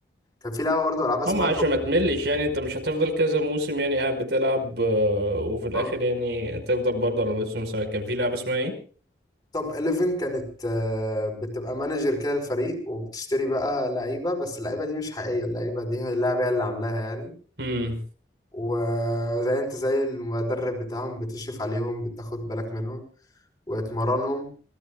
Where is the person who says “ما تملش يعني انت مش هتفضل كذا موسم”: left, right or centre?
Right